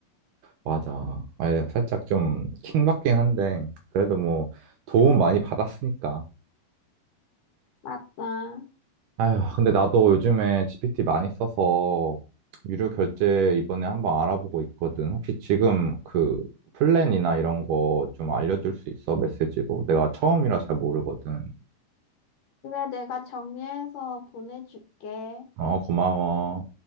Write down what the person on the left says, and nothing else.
맞아.
그래 내가 정리해서 보내줄게.